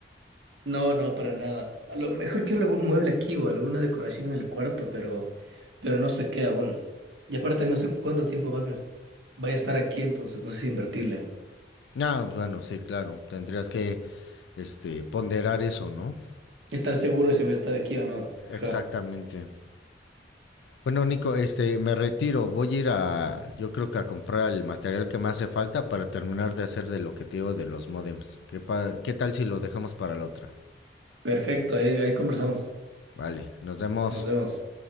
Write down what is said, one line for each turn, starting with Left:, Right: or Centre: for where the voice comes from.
Right: No, no, para nada. A lo mejor quiero algún mueble aquí o alguna decoración en el cuarto, pero, pero no sé qué aún. Y aparte no sé cuánto tiempo más me est- voy a estar aquí, entonces no sé si invertirle.
Left: No, bueno, sí, claro. Tendrías que este, ponderar eso, ¿no?
Right: Estar seguro de si voy a estar aquí o no.
Left: Exactamente.
Right: Ajá.
Left: Bueno, Nico, este, me retiro. Voy a ir a, yo creo que a comprar el material que me hace falta para terminar de hacer de lo que te digo de los modems. ¿Qué, pa- ¿Qué tal si lo dejamos para la otra?
Right: Perfecto, ahí, ahí conversamos.
Left: Vale, nos vemos.
Right: Nos vemos.